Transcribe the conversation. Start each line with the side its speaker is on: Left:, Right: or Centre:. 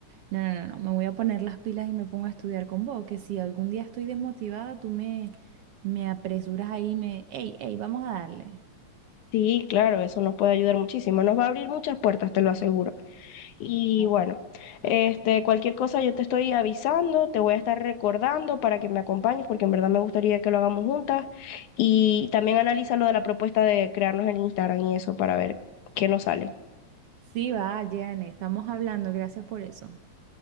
Right: No, no, no, no, me voy a poner las pilas y me pongo a estudiar con vos, que si algún día estoy desmotivada, tú me, me apresuras ahí y me... hey, hey, vamos a darle!
Left: Sí, claro, eso nos puede ayudar muchísimo, nos va a abrir muchas puertas, te lo aseguro. Y
Right: Gracias.
Left: bueno, este, cualquier cosa yo te estoy avisando, te voy a estar recordando para que me acompañes, porque en verdad me gustaría que lo hagamos juntas. Y también analiza lo de la propuesta de crearnos el Instagram y eso para ver qué nos sale.
Right: Sí, va, Jane, estamos hablando, gracias por eso.